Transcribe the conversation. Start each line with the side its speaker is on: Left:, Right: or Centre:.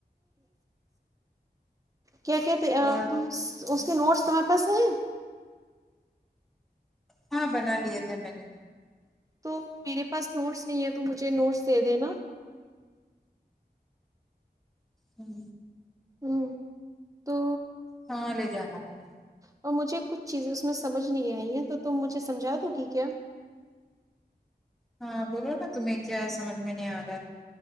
Right: کیا کہتے اس
Centre: اور
Right: کی نوٹس تمہارے پاس ہے
Centre: ہاں بنا لیے تھے میں نے
Right: تو میرے پاس نوٹس نہیں ہے تو مجھے نوٹس دے دینا
Centre: ہوں
Right: ہوں تو
Centre: ہاں لے جانا تم
Right: اور مجھے کچھ چیزیں اس میں سمجھ نہیں آئی ہیں تو تم مجھے سمجھا دو گی کیا
Centre: ہاں بولو نا تمہیں کیا سمجھ میں نہیں آ رہا ہے